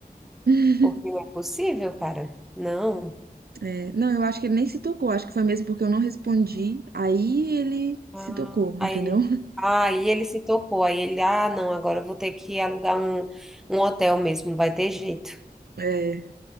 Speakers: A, on the right; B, in the centre.
A: <laughs>
B: porque não é possível, cara. Não.
A: é, não, eu acho que ele nem se tocou, acho que foi mesmo porque eu não respondi, aí ele
B: Ah,
A: se tocou,
B: aí,
A: entendeu? <laughs>
B: aí ele se tocou, aí ele, ah, não, agora eu vou ter que alugar um, um hotel mesmo, não vai ter jeito.
A: É,